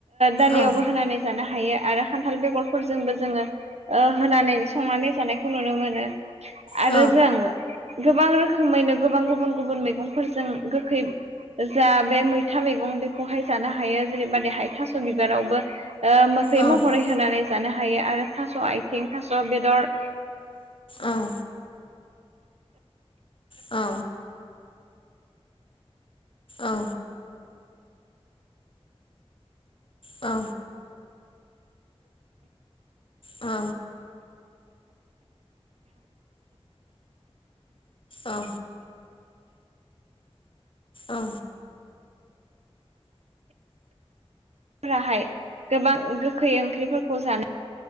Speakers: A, on the right; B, on the left.
A: दालियावबो
B: औ
A: होनानै जानो हायो। आरो खान्थाल बेगरफोरजोंबो जोङो ओ होनानै संनानै जानायखौ नुनो मोनो। आरो
B: औ
A: जों गोबां रो खोमैनो गोबां गुबुन गुबुन मैगंफोरजों गोखै जा बे मैथा मैगं बेखौहाय जानो हायो जेनेबा देहाय थास' बिबारावबो ओ मोखै
B: औ
A: महरै
B: औ
A: होनानै जानो हायो आरो थास' आथिं थास' बेदर
B: उम। औ। औ। औ। औ। औ। औ
A: फोराहाय गोबां गोखै ओंख्रिफोरखौ जानो